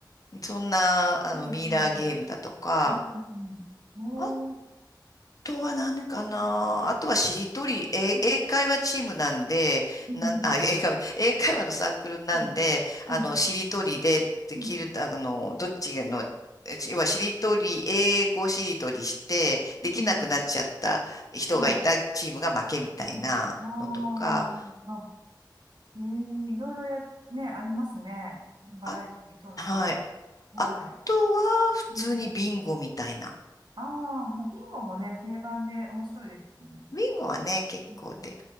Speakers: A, on the left; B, on the right.
A: そんな、あの、
B: うん
A: ミイラーゲームだとか、
B: うんうんおー
A: あとは何かな。
B: そうで
A: あとはしりとり、え英会話チームなんで、
B: すうん
A: なん、あ、英会話、英会話のサークルなんで、
B: うん
A: あの、
B: うんうん
A: しりとりでできる、
B: うん
A: あの、どっちの、え要はしりとり、英語しりとりして、
B: うん
A: できなくなっちゃった人がいたチームが負けみたいなのとか、
B: はいはいあーあえーいろいろや、ね、ありますね。バラエティに富んだゲーム。
A: あ、はい。あとは、
B: はい。
A: 普通にビンゴみたいな。
B: うんああ、まあ、ビンゴもね、定番で面白いですね。
A: ウィンゴはね、結構で、
B: うんうん